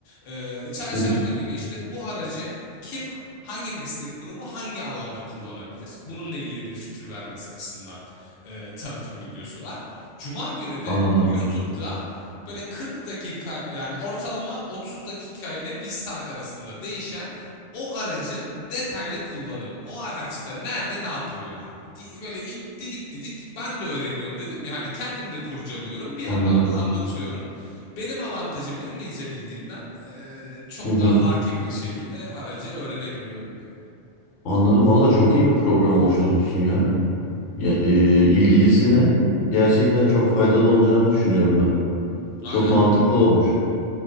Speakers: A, on the left; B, on the left.
A: E, çarşamba
B: Hı hı.
A: günü işte bu aracı kim hangi meslek grubu hangi alanda kullanabilir? Bununla ilgili bir fikir vermesi açısından e, tanıtım videosu var. Cuma günü de
B: Anladım.
A: YouTube'da Böyle 40 dakika yani ortalama 30 dakika ile 1 saat arasında değişen o aracın detaylı kullanımı. O araçta nerede ne yapılıyor abi? Di- Böyle in- didik didik ben de öğreniyorum dedim ya hani kendim de kurcalıyorum bir yandan
B: Anladım.
A: da anlatıyorum. Benim avantajım ne İngilizce bildiğimden eee, çok
B: Hı hı.
A: daha hakim bir şekilde aracı öğrenebiliyorum yani.
B: Anladım. Valla çok iyi bir program oluşturmuşsun ya. Ya, e, ilgilisine gerçekten çok faydalı olacağını düşünüyorum ben.
A: Aynen.
B: Çok mantıklı olmuş.